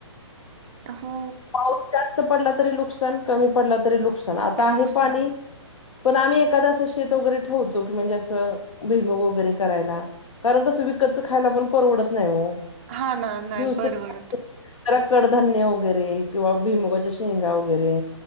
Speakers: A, on the right (about 25°); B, on the left (about 85°).
A: हो
B: पाऊस जास्त पडला तरी नुकसान कमी पडला तरी नुकसान आता
A: नुकसान
B: आहे पाणी. पण आम्ही एखाद असं शेत वगैरे ठेवतो की म्हणजे असं भिमोग वगैरे करायला. कारण कसं विकतचं खायला पण परवडत नाही हो
A: हा ना नाही
B: दिवसे
A: परवडत.
B: जरा कडधान्य वगैरे किंवा भिमुगाच्या शेंगा वगैरे.